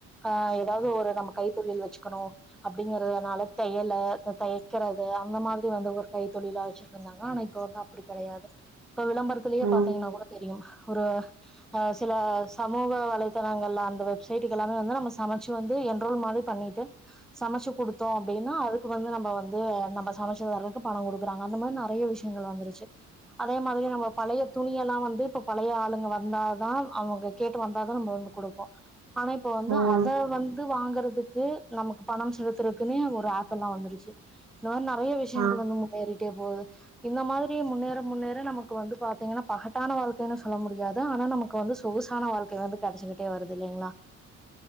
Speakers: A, in the centre; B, on the right (about 70°).
A: ஆஹ ஏதாவுது ஒரு நம்ம கைத் தொழில் வெச் க்கனு அப்டிங்குறதுனால தையில இந் தை க்கிறது அந்த மாரி வந்து ஒரு கை தொழிலா வெச்சுட்ருந்தாங்க அனா இப்ப வந்து அப்டி கெடையாது இப்ப விளம்பரத்திலேயே
B: ம் ம்
A: பாத்தீங்கன்னா கூட தெரியு ஒரு ஆ சில சம <unintelligible> வலைத்தளங்கள்ளா அந்த வெப்சைட்டுக்கு எல்லாமே வந்து நம்ம சமச்சு வந்து என்ரோல் மாதிரி பண்ணிட்டு சமச்சு குடுத்தோ அப்டின்னா அதுக்கு வந்து நம்ம நம்ம வந்து நம்ம சமச்சுதரக்கு பணோ குடுக்குறாங்க அந்த மாரி நறியா விஷயங்கள் வந்துருச்சு அதே மாதிரி நம்ம பழைய துணி எல்லா வந்து து இப்ப பழைய ஆளுங்க வந்தா தா அவுங்க கேட்டு வந்தா தா நம்ம வந்து குடுப்போ ஆனா இப்ப வந்து
B: ம்
A: அத
B: ம்
A: வந்து வாங்க ததுக்கு நமக் பணம் செலுத்துருக்குன்னே ஒரு ஆப்பு எல்லா வந்துருச்சு நா நறியா விஷயங்கள்
B: ஆ
A: வந்து முன்னேறிட்டே போகுது இந்த மாதிரி முன்னேற முன்னேற நமக்கு வந்து பாத்தீங்கன்னா பகட்டான வாழ்க்கைனு சொல்ல முடியாது ஆனா நமக்கு வந்து சொகுசான வாழ்க்கை வந்து கடச்சிக்கிட்டே வருது இல்லைங்குளா